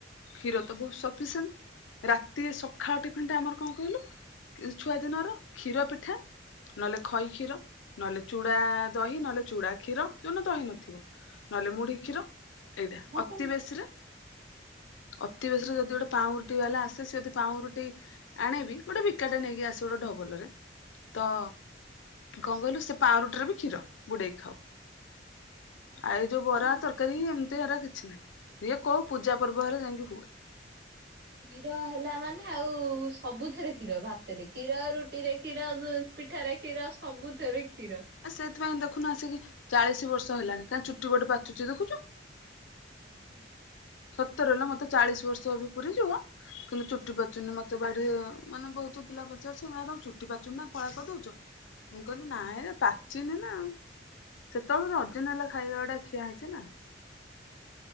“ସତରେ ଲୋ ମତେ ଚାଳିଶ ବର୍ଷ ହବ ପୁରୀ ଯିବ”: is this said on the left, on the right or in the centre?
Left